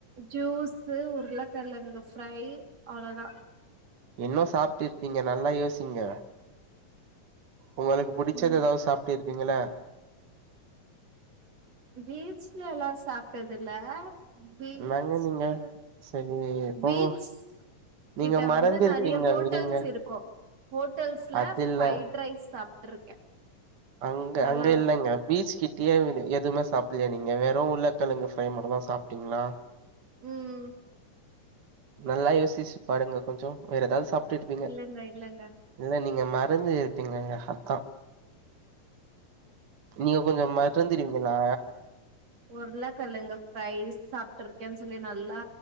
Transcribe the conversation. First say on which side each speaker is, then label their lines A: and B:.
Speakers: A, on the right (about 50°); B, on the right (about 70°).
A: ஜூஸ்ஸு உருளக்கெழங்கு ஃப்ரை அவ்ளதா
B: இன்னு சாப்ட்டிருப்பீங்க நல்லா யோசிங்க உங்களுக்கு புடிச்சது
A: ம்
B: எதாவ் சாப்ட்டிருப்பீங்களே
A: பீச்லலா சாப்ட்டதில்ல பீச்சு
B: என்னங்க நீங்க சரி போங்க
A: பீச்
B: நீங்க
A: கிட்ட
B: மறந்துருப்பீங்க
A: வந்து நெறைய ஹோட்டல்ஸ்
B: விடுங்க
A: இருக்கு ஹோட்டல்ஸ்ல
B: அது இல்ல
A: ஃபை ட் ரைஸ் சாப்ட்ருக்கே
B: அங்க
A: நல்லா
B: அங்க
A: இருக்கு
B: இல்லங்க பீச் கிட்டேயே நி எதுமே சாப்புல்லையா நீங்க வெறு உருளகெழங்கு ஃப்ரை மட்டுந்தா சாப்ட்டீங்க்ளா
A: ம்
B: நல்லா யோசிச்சு பாருங்க கொஞ்சொ வேற எதாவ்து சாப்ட்ருப்பீங்க
A: இல்லங்க இல்லங்க
B: இல்ல நீங்க மறந்து இருப்பீங்கங்க அதா நீங்க கொஞ்ச மறந்துருவிங்களா
A: உருளகெழங்கு ஃப்ரை சாப்ட்டுருக்கேன் சொல்லி நல்லா